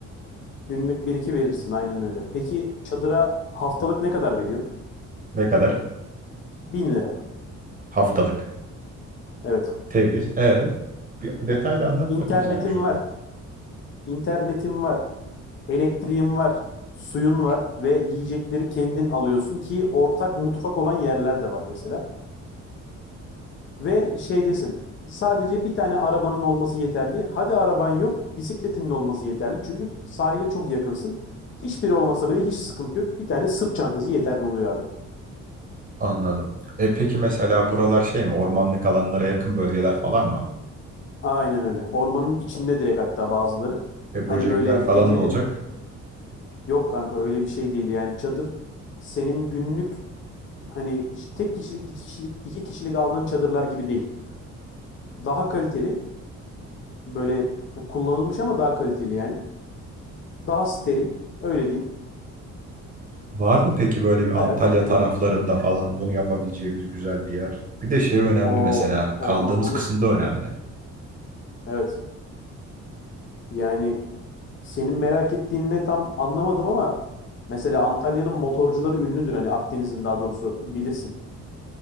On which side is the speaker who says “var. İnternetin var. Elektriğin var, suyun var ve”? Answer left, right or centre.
Left